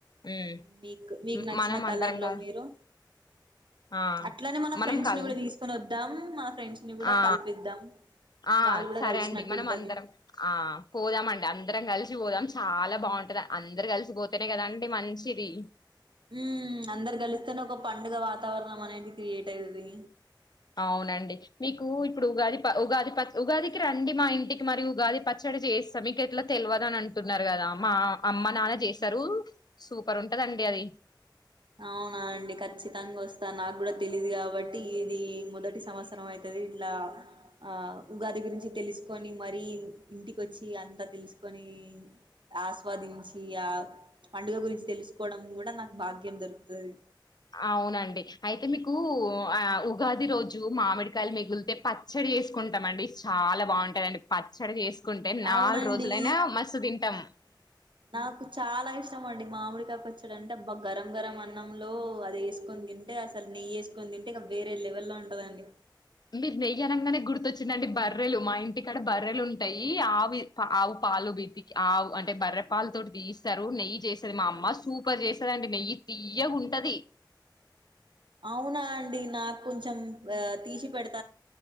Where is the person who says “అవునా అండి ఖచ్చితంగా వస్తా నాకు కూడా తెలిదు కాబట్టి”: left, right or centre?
Right